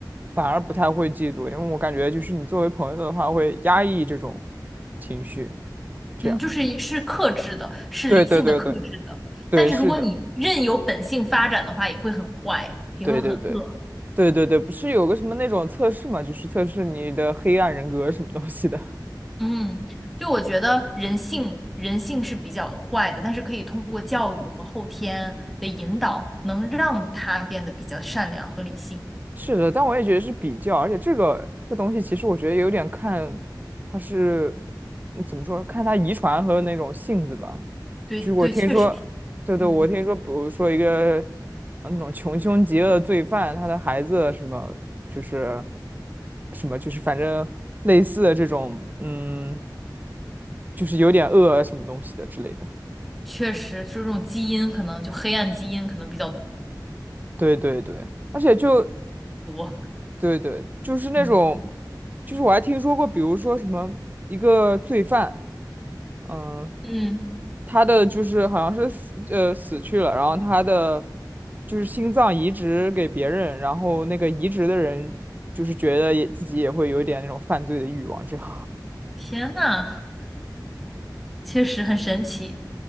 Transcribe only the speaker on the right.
反而不太会嫉妒，因为我感觉就是你作为朋友的话会压抑这种情绪，这样。
对对对对对，
是的，
对对对对对对，不是有个什么那种测试嘛，就是测试你的黑暗人格什么东西的。
是的，但我也觉得是比较，而且这个这个东西其实我觉得有点看它是嗯怎么说，看它遗传和那种性子吧。
就是我听说，
对对，
我听说，比如说一个呃那种穷凶极恶的罪犯，他的孩子什么就是什么就是反正类似的这种，嗯，就是有点恶什么东西的之类的。
对对对，而且就
对对，就是那种，
就是我还听说过，比如说什么一个罪犯。嗯，
他的就是好像是死呃死去了，然后他的就是心脏移植给别人，然后那个移植的人就是觉得也自己也会有一点那种犯罪的欲望，这样。